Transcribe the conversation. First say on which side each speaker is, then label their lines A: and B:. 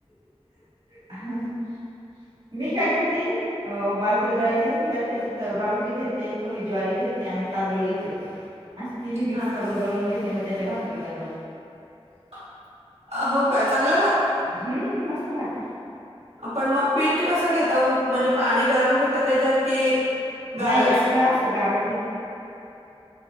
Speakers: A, on the right; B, on the right.
A: <unintelligible> मी काय करते, अ बाजरी <unintelligible> बाजरी घेते, थोडी ज्वारी घेत ते आणि तांदूळ घेते मी. आणि ती मी मिक्स
B: हा
A: करून
B: हा
A: दळून घेते, मग त्याच्या भाक री बनवत <unintelligible>
B: हो काय चांगलं
A: हम्म मस् कसं लागत?
B: आपण मग पीठ कसं घेताऊ म्हणजे पाणी गरम घेत आता त्याच्यात कि गारच.
A: नाही आपलं <unintelligible>